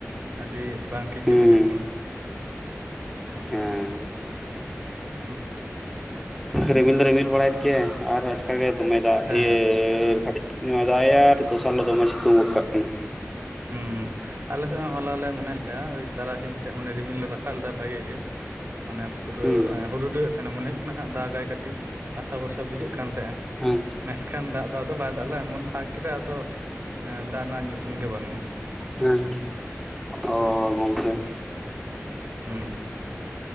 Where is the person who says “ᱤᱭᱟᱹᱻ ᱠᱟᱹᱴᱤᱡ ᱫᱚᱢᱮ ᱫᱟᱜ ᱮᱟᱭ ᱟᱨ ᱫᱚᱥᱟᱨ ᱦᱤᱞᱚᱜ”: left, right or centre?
Centre